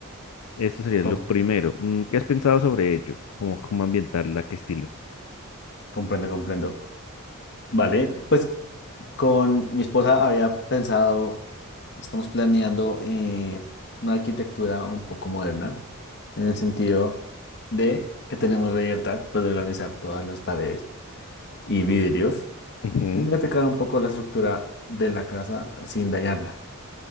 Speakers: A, on the left (about 85°); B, on the left (about 55°).
A: Esto sería
B: com-
A: lo primero. Mm, ¿Qué has pensado sobre ello? ¿Cómo, cómo ambientarla? ¿Qué estilo?
B: comprendo, comprendo. Vale, pues con mi esposa había pensado, estamos planeando eh, una arquitectura un poco moderna, en el sentido de que tenemos la libertad pues, de organizar todas las paredes y vidrios
A: Ujú,
B: y modificar un poco la estructura de la casa sin dañarla.